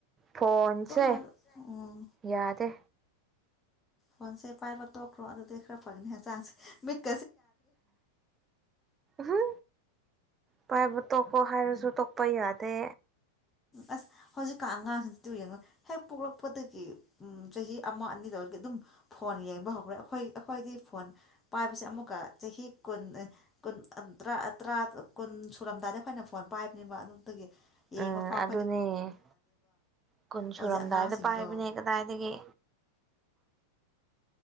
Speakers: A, on the right; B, on the left.
A: ꯐꯣꯟꯁꯦ
B: ꯇꯨꯝꯃ ꯎꯝ
A: ꯌꯥꯗꯦ
B: ꯐꯣꯟꯁꯦ ꯄꯥꯏꯕ ꯇꯣꯛꯈ꯭ꯔꯣ ꯑꯗꯨꯗꯤ ꯈꯔ ꯐꯪꯅꯤꯅ ꯍꯛꯆꯥꯡꯁꯦ ꯃꯤꯠ
A: ꯍ ꯄꯥꯏꯕꯨ ꯇꯣꯛꯀꯣ ꯍꯥꯏꯔꯁꯨ ꯇꯣꯛꯄ ꯌꯥꯗꯦ
B: ꯑꯁ ꯍꯧꯖꯤꯛꯀꯥꯟ ꯑꯉꯥꯡꯁꯤꯡꯁꯤ ꯌꯦꯡꯉꯨ ꯍꯦꯛ ꯄꯣꯛꯂꯛꯄꯗꯒꯤ ꯆꯍꯤ ꯑꯃ ꯑꯅꯤ ꯂꯧꯔꯗꯤ ꯑꯗꯨꯝ ꯐꯣꯟ ꯌꯦꯡꯕ ꯍꯧꯈ꯭ꯔꯦ ꯑꯩꯈꯣꯏ ꯑꯩꯈꯣꯏꯗꯤ ꯐꯣꯟ ꯄꯥꯏꯕꯁꯦ ꯑꯃꯨꯛꯀ ꯆꯍꯤ ꯀꯨꯟ ꯀꯨꯟ ꯇꯔꯥ ꯇꯔꯥ ꯀꯨꯟ ꯁꯨꯔꯝꯗꯥꯏ ꯑꯩꯈꯣꯏꯅ ꯐꯣꯟ ꯄꯥꯏꯕꯅꯦꯕ ꯑꯗꯨꯝ ꯑꯗꯨꯒꯤ ꯌꯦꯡꯕꯐꯥꯎ
A: ꯎꯝ ꯑꯗꯨꯅꯦ ꯀꯨꯟ
B: ꯍꯧꯖꯤꯛ
A: ꯁꯨꯔꯝꯗꯥꯏꯗ
B: ꯑꯉꯥꯡꯁꯤꯡꯗꯣ
A: ꯄꯥꯏꯕꯅꯦ ꯀꯗꯥꯏꯗꯒꯤ